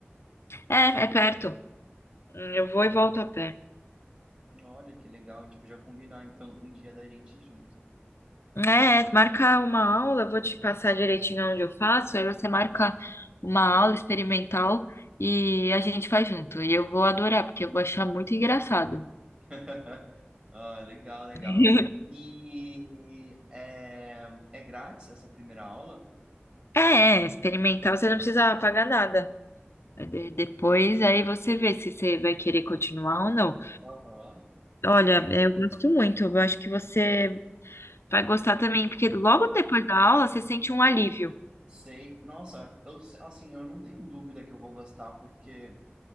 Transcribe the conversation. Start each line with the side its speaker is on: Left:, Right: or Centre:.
Left: É, é perto. Hum, Eu vou e volto a pé.
Right: Olha que legal, a gente podia combinar então de um dia da gente ir junto.
Left: É, marca uma aula, eu vou te passar direitinho onde eu faço, aí você marca uma aula experimental e a gente faz junto. E eu vou adorar, porque eu vou achar muito engraçado.
Right: <laughs> Ah, legal, legal.
Left: <laughs>
Right: E é, é grátis essa primeira aula?
Left: É, é, experimental, você não precisa pagar nada. É, de- Depois aí você vê se você vai querer continuar ou não.
Right: Aham.
Left: Olha, eu gosto muito, eu acho que você vai gostar também, porque logo depois da aula você sente um alívio.
Right: Sei. Nossa, eu, assim, eu não tenho dúvida que eu vou gostar, porque